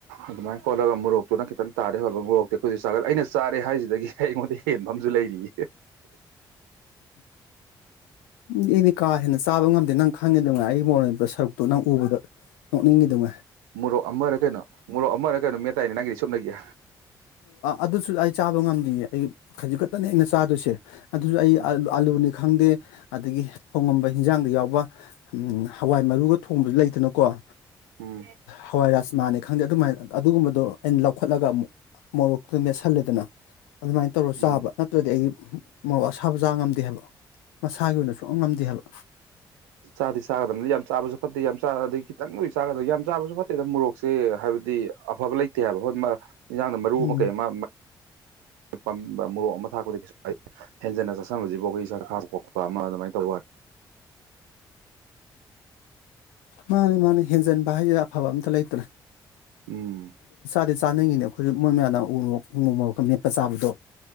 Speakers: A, on the right; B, on the left.
A: ꯑꯗꯨꯃꯥꯏꯅ ꯀꯣꯠꯂꯒ ꯃꯣꯔꯣꯛꯇꯨꯅ ꯈꯤꯇꯪ ꯇꯥꯔꯦ <unintelligible> ꯃꯣꯔꯣꯛꯇꯦꯛꯄꯁꯦ ꯆꯥꯒꯜꯂꯦ ꯑꯩꯅ ꯆꯥꯔꯦ ꯍꯥꯏꯁꯤꯗꯒꯤ ꯑꯩꯉꯣꯟꯗ ꯍꯦꯟꯕ ꯑꯝꯁꯨ ꯂꯩꯔꯤꯌꯦ꯫
B: ꯑꯩꯗꯤ ꯀꯥ ꯍꯦꯟꯅ ꯆꯥꯕ ꯉꯝꯗꯦ ꯅꯪ ꯈꯪꯉꯤꯗꯨꯉꯥꯏ ꯑꯩꯒꯤ ꯃꯣꯔꯣꯛ ꯃꯦꯠꯄ ꯁꯔꯨꯛꯇꯨ ꯅꯪ ꯎꯕꯗ ꯅꯣꯛꯅꯤꯡꯏꯗꯨꯉꯥꯢ꯫
A: ꯃꯣꯔꯣꯛ ꯑꯃꯔ ꯀꯩꯅꯣ ꯃꯣꯔꯣꯛ ꯑꯃꯔ ꯀꯩꯅꯣ ꯃꯦꯠꯇꯏꯅꯦ ꯅꯪꯒꯤꯗꯤ ꯁꯨꯞꯅꯒꯤ꯫
B: ꯑꯗꯨꯁꯨ ꯑꯩ ꯆꯥꯕ ꯉꯝꯗꯤꯌꯦ ꯑꯩ ꯍꯧꯖꯤꯛ ꯈꯛꯇꯅꯤ ꯑꯩꯅ ꯆꯥꯗꯣꯏꯁꯦ꯫ ꯑꯗꯨꯁꯨ ꯑꯩ
A: ꯎꯝ
B: ꯑꯥꯑꯥꯂꯨꯅꯤ ꯈꯪꯗꯦ꯫ ꯑꯗꯒꯤ ꯊꯣꯡꯉꯝꯕ ꯍꯤꯟꯖꯥꯡꯗ ꯌꯥꯎꯕ ꯎꯝ꯫ ꯍꯋꯥꯏ ꯃꯔꯨꯒ ꯊꯣꯡꯕꯁꯨ ꯂꯩꯗꯅꯀꯣ ꯑ
A: ꯎꯝ
B: ꯍꯋꯥꯏꯔꯥꯁ꯫ ꯃꯥꯅꯦ ꯈꯪꯗꯦ ꯑꯗꯨꯃꯥꯏꯅ ꯑꯗꯨꯒꯨꯝꯕꯗꯣ ꯑꯩꯅ ꯂꯧꯈꯠꯂꯒ ꯑꯃꯨꯛ ꯃꯣꯔꯣꯛꯇꯨ ꯃꯦꯠꯁꯜꯂꯦꯗꯅ꯫ ꯑꯗꯨꯃꯥꯏꯅ ꯇꯧꯔ
A: ꯎꯝ
B: ꯆꯥꯕ ꯅꯠꯇ꯭ꯔꯗꯤ ꯑꯩ ꯃꯣꯔꯣꯛ ꯑꯁꯥꯕꯆꯕꯥ ꯉꯝꯗꯦ ꯍꯥꯏꯕ ꯃꯁꯥꯒꯤ ꯑꯣꯏꯅ ꯁꯨꯉꯝꯉꯝꯗꯦ ꯍꯥꯏꯕ꯫
A: ꯆꯥꯗꯤ ꯆꯥꯒꯗꯕꯅꯤ ꯌꯥꯝ ꯆꯥꯕꯁꯨ ꯐꯠꯇꯦ ꯌꯥꯝ ꯆꯔꯗꯤ꯫ ꯈꯤꯇꯪ ꯕꯨꯗꯤ ꯆꯥꯒꯗꯝꯅꯤ ꯌꯥꯝ ꯆꯥꯕꯁꯨ ꯐꯠꯇꯦꯗ ꯃꯣꯔꯣꯛꯁꯦ ꯍꯥꯏꯕꯗꯤ ꯑꯐꯕ ꯂꯩꯇꯦ ꯍꯥꯏꯕ ꯍꯣꯏꯃ ꯏꯪꯖꯥꯡꯗ ꯃꯔꯨ
B: ꯎꯝ
A: ꯑꯃ ꯀꯩ ꯑꯃ꯫ ꯄꯝꯕ ꯃꯣꯔꯣꯛ ꯑꯃ ꯊꯥꯛꯄꯗꯤ ꯀꯩꯁꯨ ꯀꯥꯏꯗꯦ ꯍꯦꯟꯖꯟꯅ ꯆꯥꯁꯟꯕꯁꯤꯕꯨ ꯑꯩꯈꯣꯏꯗ <unintelligible> ꯄꯣꯛꯄ ꯑꯃ ꯑꯗꯨꯃꯥꯏꯅ ꯇꯧꯕ ꯋꯥꯅꯦ
B: ꯃꯥꯅꯦ ꯃꯥꯅꯦ ꯍꯦꯟꯖꯟꯕ ꯍꯥꯏꯁꯤ ꯑꯐꯕ ꯑꯝꯇ ꯂꯩꯇ꯭ꯔꯦ꯫
A: ꯎꯝ꯫
B: ꯑꯩꯗꯤ ꯆꯥꯅꯤꯡꯉꯤꯅꯦ ꯑꯩꯈꯣꯏꯁꯨ ꯃꯣꯏ ꯃꯌꯥꯝꯅ ꯎ ꯃꯣꯔꯣꯛ ꯎ ꯃꯣꯔꯣꯛꯀ ꯃꯦꯠꯄ ꯆꯥꯕꯗꯣ